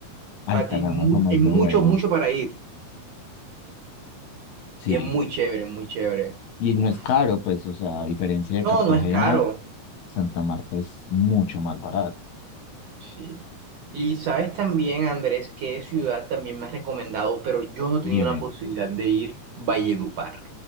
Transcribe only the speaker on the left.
Ay,
Taganga,
como
es
de bueno.
Sí.
Y
no es caro, pues, o sea, a diferencia de
Cartagena,
Santa Marta es mucho más barato.
Dime,